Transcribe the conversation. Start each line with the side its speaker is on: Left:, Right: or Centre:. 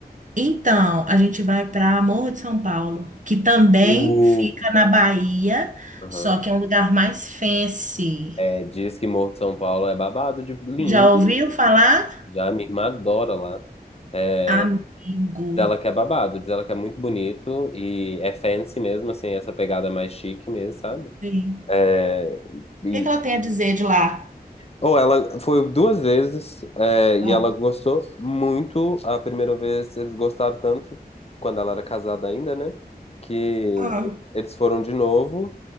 Right: Então, a gente vai para Morro de São Paulo, que também
Left: Uh.
Right: fica na Bahia,
Left: Aham.
Right: só que é um lugar mais fancy.
Left: É, diz que Morro de São Paulo é babado de lindo.
Right: Já ouviu falar?
Left: Já minha irmã adora lá. É,
Right: Amigo.
Left: ela que é babado, diz ela que é muito bonito e é fancy mesmo, assim, essa pegada mais chique mesmo, sabe?
Right: Sim.
Left: É, e,
Right: O que que ela tem a dizer de lá?
Left: ou ela foi duas vezes é, e
Right: Ah,
Left: ela gostou muito. A primeira vez eles gostaram tanto, quando ela era casada ainda, né? Que
Right: ah,
Left: eles foram de novo